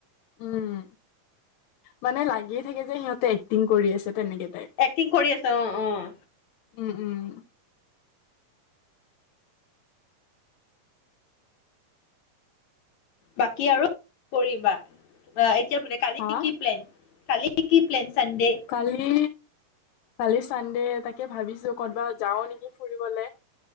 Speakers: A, on the left; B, on the left.
A: উম মানে লাগিয়ে থাকে যে সিহঁতে এক্টিং কৰি আছে। তেনেকে টাইপ
B: এক্টিং কৰি আছে অ' অ'।
A: উম- উম।
B: বাকী আৰু কৰিবা। অহ এতিয়া বোলে কালি
A: হা
B: কি প্লেন কালি। কি-কি প্লেন? চানডে
A: কালি। কালি চানডে তাকে ভাবিছো কৰ'বাত যাও নেকি ফুৰিবলে।